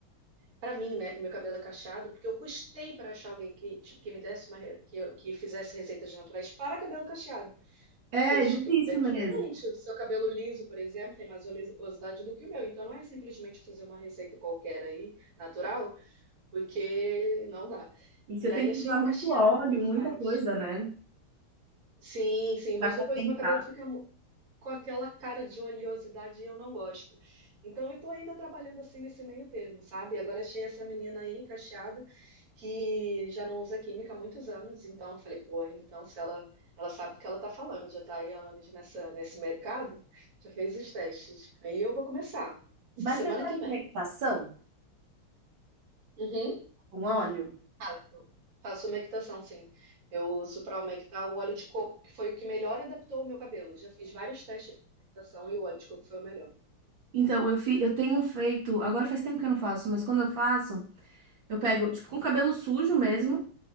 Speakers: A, on the right; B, on the right.
A: para mim, né, que meu cabelo é cacheado, porque eu custei para achar alguém que, tipo, que me desse uma, re- que, eu- que fizesse receitas naturais para cabelo cacheado. Porque
B: É,
A: os
B: é difícil
A: é diferente.
B: mesmo.
A: O seu cabelo liso, por exemplo, tem mais oleosidade do que o meu. Então não é simplesmente fazer uma receita qualquer aí, natural, porque não dá.
B: E você
A: E
B: tem
A: aí achei
B: que usar
A: uma
B: muito
A: cacheada
B: óleo,
A: que faz.
B: muita coisa, né?
A: Sim, sim,
B: Pra
A: mas
B: compensar.
A: depois o meu cabelo fica com aquela cara de oleosidade e eu não gosto. Então eu tô ainda trabalhando assim nesse meio termo, sabe? Agora achei essa menina aí encaixada que já não usa química há muitos anos, então eu falei, porra então se ela ela sabe do que ela tá falando, já tá aí há anos nessa nesse mercado, já fez os testes. Aí eu vou começar essa
B: Mas
A: semana
B: você faz
A: que vem.
B: uma meditação
A: Uhum.
B: com óleo?
A: Faço. Faço humectação, sim. Eu uso para humectar o óleo de coco, que foi o que melhor adaptou o meu cabelo. Já fiz vários testes de humectação e o óleo de coco foi o melhor.
B: Então, eu, fi, eu tenho feito. Agora faz tempo que eu não faço, mas quando eu faço, eu pego, tipo, com cabelo sujo mesmo.